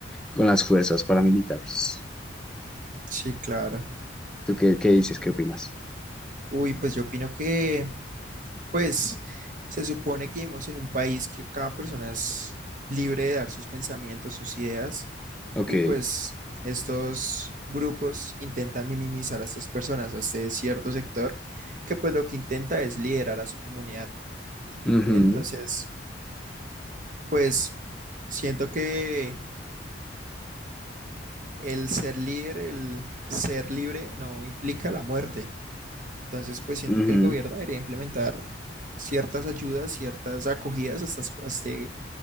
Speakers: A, in the centre; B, on the right.
A: con las fuerzas paramilitares.
B: sí, claro.
A: ¿Tú qué, qué dices? ¿Qué opinas?
B: Uy, pues yo opino que, pues, se supone que vivimos en un país que cada persona es libre de dar sus pensamientos, sus ideas
A: Ok.
B: Y pues estos grupos intentan minimizar a estas personas, a este cierto sector, que pues lo que intenta es liderar a su comunidad.
A: Ujú,
B: Entonces, pues siento que el ser líder, el ser libre, no implica la muerte. Entonces, pues siento
A: ujú,
B: que el gobierno debería implementar ciertas ayudas, ciertas acogidas a estas, a este-